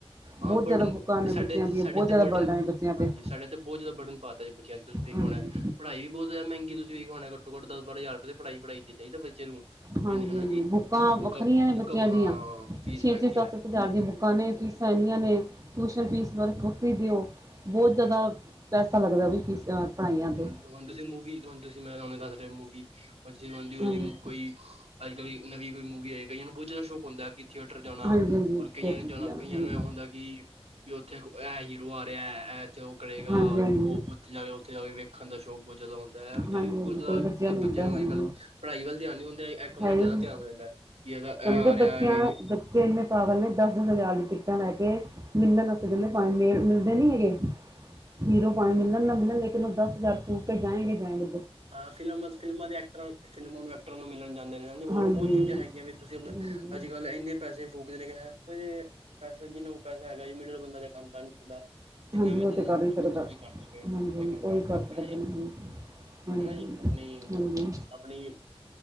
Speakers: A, on the right; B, on the right.
A: ਹਾਂ
B: ਬਹੁਤ
A: ਬਰਡਨ
B: ਜ਼ਿਆਦਾ ਬੁੱਕਾਂ ਨੇ
A: ਸਾਡੇ
B: ਬੱਚਿਆਂ ਦੀਆਂ
A: ਸਾਡੇ
B: ਬਹੁਤ
A: ਤੇ
B: ਜ਼ਿਆਦਾ ਬਰਡਨ ਂ ਨੇ ਬੱਚਿਆਂ ਤੇ।
A: ਹਾਂਜੀ ਸਾਡੇ ਤੇ ਬਹੁਤ ਜ਼ਿਆਦਾ ਬਰਡਨ ਪਾਤਾ ਬਿਆਂ ਨੂੰ ਤੁਸੀਂ ਵੀਖਉਣਾ
B: ਹਾਂਜੀ
A: ਪੜਾਈ ਵੀ ਬਹੁਤ ਜ਼ਿਆ ਮਹਿੰਗੀ ਤੁਸੀਂ ਵੇਖਿਆ ਹੋਣਾ। ਵਡ ਦਸ ਬਾਰੁਏ ਪੜਾਈ- ਪੜਾਈ ਚਾਹੀਦਾ ਬੱਚੇ ਨੂੰ
B: ਹਾਂਜੀ
A: ਇਹਨੇ ਹਨਾ
B: ਹਾਂਜੀ
A: ਜੀ
B: ਵੱਖਰੀਆਂ
A: ਬੁੱਕਾਂ-
B: ਨੇ
A: ਬੁੱਕਾਂ
B: ਬੱਚਿਆਂ ਦੀਆਂ
A: ਹਾਂ ਫੀਸ
B: ਛੇ
A: ਮਹਿੰਗੀ
B: ਛੇ ਸੱਤ
A: ਏ।
B: ਸੱਤ ਹਜ਼ਾਰ ਦੀਆਂ ਬੁੱਕਾਂ ਨੇ ਫੀਸਾਂ ਇੰਨੀਆਂ ਨੇ ਟਿਊਸ਼ਨ ਫੀਸ ਵ ਵੱਖਰੀ ਦਿਓ। ਬਹੁਤ ਜ਼ਿਆਦਾ
A: ਹਾਂ
B: ਪੈਸਾ ਲੱਗਦਾ ਉਹ ਵੀ ਫੀਸ। ਪੜ੍ਹਾਈਆਂ
A: ਹਾਂਜੀ
B: 'ਤੇ
A: ਹ ਹੁਣ ਤੁਸੀਂ ਮੂਵੀ ਹੁਣ ਤੁਸੀਂ ਮੈਂ ਦੱਸ ਰਹੇ ਮੂਵੀ ਹ ਤੁ
B: ਹਾਂਜੀ
A: ਕੋਈ, ਅੱਜ ਕਲ ਨੀ ਕੋਈ ਮੂਵੀ ਆ, ਕਈਆਂ ਨੂੰ ਬਹੁਤ ਜਿਆਦਾ ਸ਼ੌਕ ਹੁੰਦਾ ਕਿ ਥੀਏਟਰ ਜਾਣਾ
B: ਹਾਂਜੀ ਹਾਂਜੀ
A: ਔਰ ਕਈਆਂ
B: ਥੀਏਟਰ
A: ਨੂੰ ਜਾਣਾ
B: 'ਚ
A: ਕਈਆਂ
B: ਹਾਂਜੀ
A: ਨੂੰ ਇਹ ਹੁੰਦਾ। ਕਿ ਵੀ ਉੱਥੇ ਇਹ ਹੀਰੋ ਆ ਰਿਹਾ, ਇਹ ਇੱਥੇ ਉਹ ਕਰੇਗਾ,
B: ਹਾਂਜੀ
A: ਉਹ
B: ਹਾਂਜੀ
A: ਉੱਥੇ ਜਾ ਕੇ। ਉੱਥੇ ਜਾ ਕੇ ਵੇਖਣ ਦਾ ਸ਼ੌਂਕ ਬਹੁਤ ਜ਼ਿਆਦਾ ਹੁੰਦਾ ਏ
B: ਹਾਂਜੀ
A: ਇਹ ਵੀ
B: ਹਾਂਜੀ
A: ਬਹੁਤ ਜ਼ਿਆਦਾ
B: ਕਈ
A: ਬੱਚਿਆਂ
B: ਹੁੰਦਾ
A: ਨੂੰ
B: ਹਾਂਜੀ
A: ਅੱਜ ਕੱਲ੍ਹ ਪੜ੍ਹਾਈ ਵੱਲ ਧਿਆਨ ਨਹੀਂ ਹੁੰਦਾ। ਕੰਮਾਂ
B: ਹੈ
A: ਜ਼ਿਆਦਾ
B: ਹਾਂ
A: ਧਿਆਨ ਹੋ ਜਾਂਦਾ ਕਿ ਇਹਦਾ ਇਹ
B: ਸਮਦੇ
A: ਆ ਰਿਹਾ
B: ਬੱਚਿਆਂ, ਸੇਨਮੇ ਪਾਗਲ ਨੇ ਦਸ ਦਸ ਹਜ਼ਾਰ ਦੀਆਂ ਟਿਕਟਾਂ ਲੈ ਕੇ ਮਿਲਣ ਵਸਤੇ ਜਾਂਦੇ ਪਾਣੀ ਮਿਲ ਮਿਲਦੇ ਨਹੀਂ ਹੈਗੇ। ‌ ਜ਼ੀਰ ਪੁਆਇੰਟ ਮਿਲਣ ਨਾ ਮਿਲਣ ਲੇਕਿਨ ਉਹ ਦਸ ਹਜ਼ਾਰ ਫੂਟ ਜਾਏਂਗੇ ਹੀ ਜਾਏਗੇ।
A: ਅਹ ਫਿਲਮਾਂ -ਫਿਲਮਾਂ ਦੇ ਐਕਟਰਾਂ ਫਿਲਮਾਂ ਨੂੰ ਐਕਟਰਾਂ ਨੂੰ ਮਿਲਣ ਜਾਂਦੇ ਨੇ, ਹੋਰ
B: ਹਾਂਜੀ,
A: ਬਹੁਤ ਚੀਜ਼ਾਂ ਹੈਗੀਆਂ ਵੀ ਤੁਸੀਂ ਆਪਣਾ
B: ਹਾਂਜੀ,
A: ਅੱਜ ਕੱਲ੍ਹ ਇਨੇ, ਪੈਸੇ ਫੂਕਦੇ ਨੇ ਕਿਹਾ ਪੈਸੇ ਜਿੰਨਾ ਕੋਲ ਪੈਸਾ ਹੈਗਾ ਜ ਮਿਡਲ ਬੰਦਾ ਦਾ ਕੰਮ ਕਰ ਨਹੀਂ ਸਕਦਾ। ਜਿੰਨਾ
B: ਹਾਂਜੀ
A: ਵੀ
B: ਉਹ
A: ਜਿੰਨਾ
B: ਤੇ ਕਰ
A: ਮੋਟਰੋਰੰਜਨ
B: ਨੀ ਸਕਦਾ। ਹਾਂਜੀ,
A: ਵੀ ਕਰਦੇ ਪਏ ਨੇਖ
B: ਹਾਂਜੀ ਉਹੀ
A: ਅੱਜੱਲ
B: ਕਰ
A: ਹਨਾ
B: ਸਕਦੇ
A: ਜੀ।
B: ਨੇ, ਹਾਂਜੀ,
A: ਹਨਾ ਜੀ
B: ਹਾਂਜੀ,
A: ਆਪਣੀ-
B: ਹਾਂਜੀ,
A: ਆਪਣੀ,